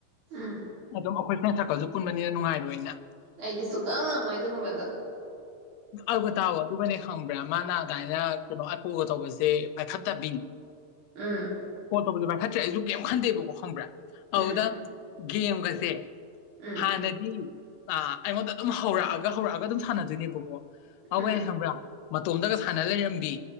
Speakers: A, on the right; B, on the left.
A: ꯎꯝ
B: ꯑꯗ ꯑꯩꯈꯣꯏ ꯐ꯭ꯔꯦꯟ ꯁ꯭ꯔꯥꯀꯜꯁꯨ ꯄꯨꯟꯕꯥꯅꯤꯅ ꯅꯨꯡꯉꯥꯏꯔꯣꯏꯅ
A: ꯑꯩꯗꯤ ꯁꯛꯉꯝ ꯉꯝꯃꯣꯏ ꯑꯗꯨꯒꯨꯝꯕꯗꯣ
B: ꯑꯒ ꯇꯋꯣ <unintelligible> ꯑꯗꯨꯒꯅꯦ ꯈꯪ <unintelligible> ꯃꯥꯏ ꯑꯗꯥꯏꯅ ꯀꯨꯜ ꯇꯧꯕꯁꯦ ꯄꯥꯏꯈꯠꯇꯕꯤꯅꯤ
A: ꯎꯝ
B: ꯇꯧꯕꯥꯁꯨ ꯄꯥꯏꯈꯠ ꯇ꯭ꯔꯦ ꯑꯩꯖꯨ ꯀꯩꯝ ꯈꯟꯗꯦꯕꯀꯣ ꯈꯪꯕ꯭ꯔꯥ ꯍꯧꯗꯝ
A: ꯎꯝ
B: <unintelligible> ꯒꯦꯝꯒꯁꯦ
A: ꯎꯝ
B: ꯍꯥꯥ ꯅꯗꯤ ꯑꯥ ꯑꯩꯉꯣꯟꯗ ꯑꯗꯨꯝ ꯍꯧꯔꯛꯑꯒ ꯒ ꯍꯧꯔꯛꯑꯒ ꯑꯗꯨꯝ ꯁꯥꯟꯅꯗꯣꯏꯅꯦꯕꯀꯣ ꯑꯦꯒꯩꯅ
A: ꯎꯝ
B: ꯈꯪꯕꯔ ꯃꯇꯣꯝꯗ ꯒ ꯁꯥꯟꯅ ꯂꯩꯔꯝꯕꯤ